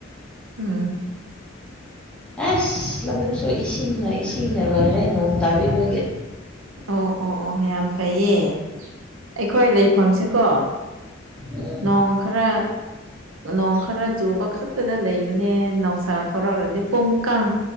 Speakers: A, on the right (about 85°); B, in the centre.
A: ꯎꯝ
B: ꯑꯁ ꯂꯧꯕꯨꯛꯁꯨ ꯏꯁꯤꯡꯅ ꯏꯁꯤꯡꯅ ꯂꯣꯏꯔꯦ ꯅꯣꯡ ꯇꯥꯕꯤꯕꯒꯤ
A: ꯑꯣ ꯑꯣ ꯑꯣ ꯌꯥꯝ ꯐꯩꯌꯦ ꯑꯩꯈꯣꯏ ꯂꯩꯄꯥꯛꯁꯦꯀꯣ
B: ꯎꯝ
A: ꯅꯣꯡ ꯈꯔ ꯅꯣꯡ ꯈꯔ ꯆꯨꯕꯈꯛ ꯑꯗꯨꯨꯗ ꯂꯩꯕꯅꯦ ꯅꯨꯡꯁꯥ ꯊꯣꯔꯛ꯭ꯔꯗꯤ ꯄꯨꯝ ꯀꯥꯡ